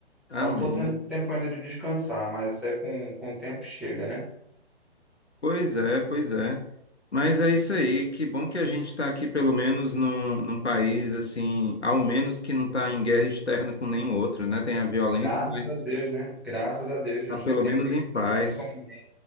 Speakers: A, on the left; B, in the centre.
A: Amém.
B: Só não tô tendo tempo ainda de descansar, mas isso aí com, com o tempo chega, né?
A: Pois é, pois é. Mas é isso aí, que bom que a gente está aqui pelo menos num, num país assim, ao menos que não está em guerra externa com nenhum outro, né? Tem a violência,
B: Graças
A: mas
B: a Deus, né? Graças a Deus,
A: tá
B: a gente
A: pelo
B: não tem
A: menos
B: briga
A: em paz.
B: por enquanto com ninguém.